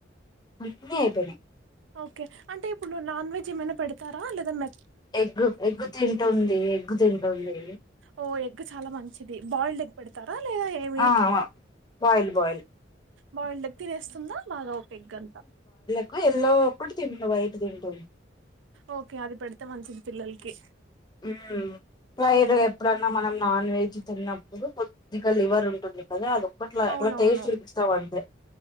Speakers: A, on the left; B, on the right.
A: అన్నీ అయిపోయినాయి
B: ఓకే అంటే ఇప్పుడు నాన్ వెెజ్ ఏమన్నా పెడతారా లేదా మేత్
A: ఎగ్ ఎగ్ తింటుంది ఎగ్ తింటుంది
B: ఓ ఎగ్ చాలా మంచిది బాయిల్డ్ ఎగ్ పెడతారా లేదా ఏమి
A: ఆ వా బయిల్ బాయిల్
B: బాయిల్డ్ ఎగ్ చేస్తుందా బాగా ఓ పేగ్ అంతా
A: ఒక ఎల్లో ఒకటి తినటామ్ వైట్ తింటుంది
B: ఓకే అది పెడితే మంచిది పిల్లలకి
A: ఊ లైట్
B: హ్మ్
A: గా ఎప్పుడన్నా మనం నాన్ వెజ్ తిన్నప్పుడు కొద్దిగా లివర్ ఉంటుంది కదా అదొక్కటి
B: అవునవును
A: టేస్ట్ చూపిస్తాం అంతే